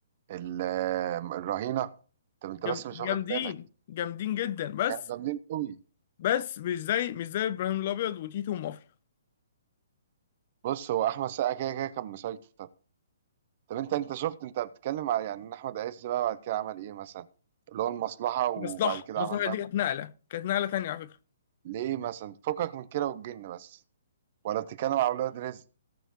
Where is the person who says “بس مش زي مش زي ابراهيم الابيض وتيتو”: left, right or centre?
Left